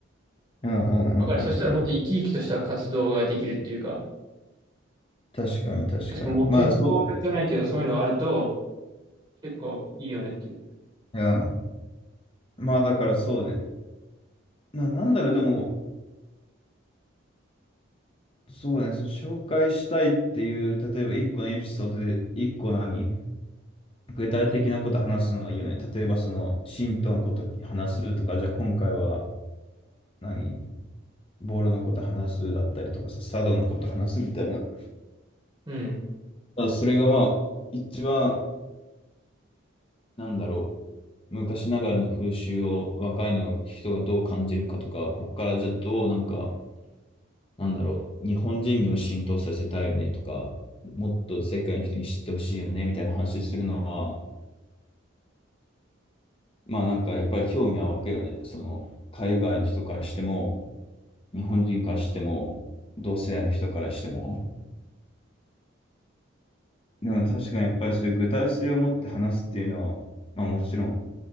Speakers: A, on the left; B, on the right.
A: うんうんうんうん。
B: だからそしたらもっと生き生きとした活動ができるっていうか、
A: 確かに確かに。
B: 目標じゃないけどそういうのがあると
A: まあそうだ
B: 結構いいよねっていう。
A: ね。うん。まあだからそうね。な、なんだろう、でも、そうね、その紹介したいっていう、例えば一個のエピソードで一個何具体的なこと話すのはいいよね。例えばその、信徒のこと話すとか、じゃあ今回は何ボールのこと話すだったりとかさ、茶道のこと話すみたいな。
B: うん。
A: あ、それがまあ、一番、なんだろう、昔ながらの風習を若いの人がどう感じるかとか、こっからじゃあどうなんか、なんだろう、日本人にも浸透させたいよねとか、もっと世界の人に知ってほしいよねみたいな話するのは、まあなんかやっぱり興味は湧くよね。その、海外の人からしても、日本人からしても、同世代の人からしても。でも確かにやっぱりそういう具体性を持って話すっていうのは、まあもちろん、